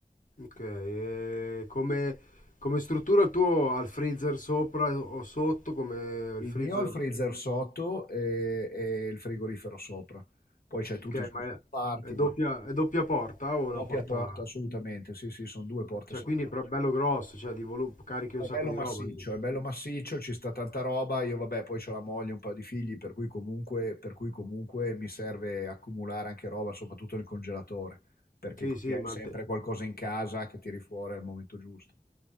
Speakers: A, on the left (about 55°); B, on the left (about 80°).
A: Ok, e come, come struttura il tuo ha il freezer sopra o sotto, come
B: Il
A: il freezer,
B: mio ha il freezer sotto e, e il frigorifero sopra. Poi c'è tutti
A: ok,
B: i suoi
A: ma
B: scomparti,
A: è, è doppia, è doppia porta o
B: doppia
A: una porta,
B: porta, assolutamente. Sì, sì, sono due porte
A: cioè
B: separate.
A: quindi però è bello grosso, cioè di volu- carichi
B: È
A: un sacco
B: bello
A: di
B: massiccio,
A: roba. dentro.
B: è bello massiccio, ci sta tanta roba. Io vabbè, poi ho la moglie, un paio di figli, per cui comunque, per cui comunque mi serve accumulare anche roba, soprattutto nel congelatore, perché
A: Sì,
B: così
A: sì,
B: hai
A: ma
B: sempre
A: alte-
B: qualcosa in casa che tiri fuori al momento giusto.